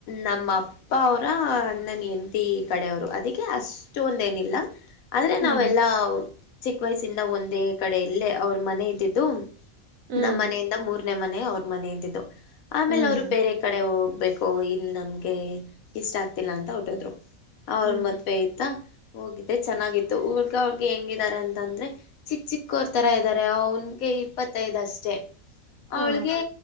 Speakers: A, on the left (about 75°); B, on the right (about 70°).
A: ನಮ್ಮ ಅಪ್ಪ ಅವರ ಅಣ್ಣನ ಹೆಂಡ್ತಿ ಕಡೆ ಅವರು ಅದೀಕ್ಕೆ ಅಷ್ಟು ಒಂದ ಎ ಲ್ಲ <inaudible> ಆದ್ರೆ
B: ಹ್ಮ್
A: ನಾವೆಲ್ಲಾ ಚಿಕ್ಕ ವಯಸ್ಸಿಂದ ಒಂದೇ ಕಡೆ ಇಲ್ಲೇ ಅವ್ರ ಮನೆ ಇದ್ದಿದ್ದು.
B: ಹ್ಮ್
A: ನಮ್ಮ್ ಮನೆಯಿಂದ ಮೂರನೇ ಮನೆ ಅವ್ರ ಮನೆಯ್ದಿದ್ದು. ಆಮೇಲೆ
B: ಹ್ಮ್
A: ಅವ್ರು ಬೇರೆ ಕಡೆ ಓ ಇಲ್ ನಮ್ಗೆ ಇಷ್ಟ ಆಗ್ತಿಲ್ಲ ಅಂತ ಹೊರಟ್ಟೋದ್ರು. ಅವ್ರ
B: ಹ್ಮ್
A: ಮದ್ವೆ ಆಯ್ತಾ ಹೋಗಿದ್ದೆ ಚೆನ್ನಾಗಿತ್ತು. ಹುಡ್ಗ-ಹುಡ್ಗಿ ಹೆಂಗಿದ್ದಾರೆ ಅಂತಂದ್ರೆ ಚಿಕ್ಕ ಚಿಕ್ಕ ಅವರ್ ತರ ಇದ್ದಾರೆ. ಅವನಿಗೆ ಇಪ್ಪತ್ತೈದಷ್ಟೇ,
B: ಹಾ
A: ಅವಳಿಗೆ